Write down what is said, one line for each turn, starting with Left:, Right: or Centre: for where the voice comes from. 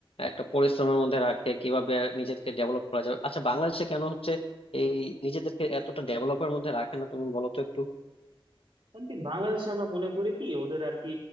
Left: একটা পরিশ্রমের মধ্যে রাখে কিভাবে নিজেকে ডেভেলপ করা যাবে আচ্ছা বাংলাদেশে কেন হচ্ছে এই নিজেদেরকে এতটা ডেভেলপের মধ্যে রাখে না তুমি বলো তো একটু
Right: কারণ কি বাংলাদেশে আমরা মনে করি কি ওদের আর কি